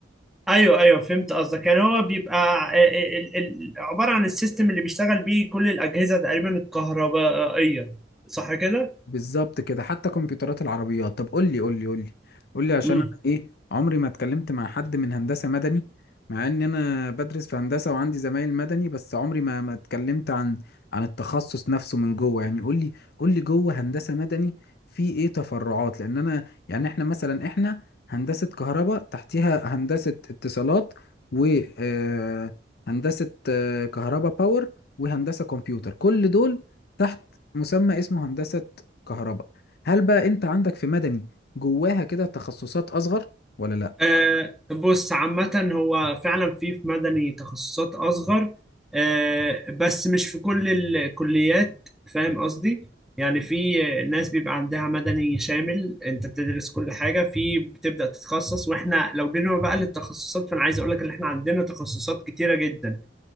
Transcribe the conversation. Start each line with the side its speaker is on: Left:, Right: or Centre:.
Centre: ايوه ايوه فهمت قصدك يعني هو بيبقى آه، آه، ال- ال- ال- عباره عن السيستم اللي بيشتغل بيه كل الاجهزه تقريبا الكهربائيه صح كده؟
Left: بالظبط كده حتى كمبيوترات العربيات طب قول لي قول لي قول لي قول لي عشان
Centre: امم
Left: انا ايه عمري ما اتكلمت مع حد من هندسة مدني مع ان انا بدرس في هندسة وعندي زمايل مدني بس عمري ما ما اتكلمت عن عن التخصص نفسه من جوه يعني قول لي قول لي جوه هندسة مدني في ايه تفرعات لان انا يعني احنا مثلا احنا هندسة كهرباء تحتيها هندسة اتصالات و آه، هندسة آه، كهرباء باور وهندسة كمبيوتر كل دول تحت مسمى اسمه هندسة كهرباء هل بقى انت عندك في مدني جواها كده تخصصات اصغر ولا لا
Centre: آه بص عامه هو فعلا في في مدني تخصصات اصغر آه بس مش في كل الكليات فاهم قصدي؟ يعني في ناس بيبقى عندها مدني شامل انت بتدرس كل حاجه في بتبدا تتخصص واحنا لو جينا بقى للتخصصات فانا عايز اقول لك ان احنا عندنا تخصصات كتيره جدا